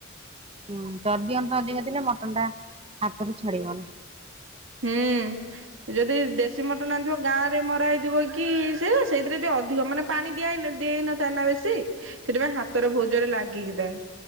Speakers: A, on the right; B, on the right.
A: ହୁଁ ଚର୍ବି ଅଂଶ ଅଧିକା ଥିଲେ ମଟନ ଟା ହାତରୁ ଛାଡି ବନି।
B: ହୁଁ। ଯଦି ଦେଶୀ ମଟନ ଆଣିଥିବ ଗାଁରେ ମରା ହେଇଥିବ କି ସେ ସେଇଥିରେ ଜଦି ଅଧିକ ମାନେ ପାଣି ଦିଆ ହେଇ ଦେଇନ ନ ଥାଏ ନା ବେଶୀ ସେଥିପାଇଁ ହାତରେ ବହୁତ ଜୋରେ ଲାଗିକି ଥାଏ।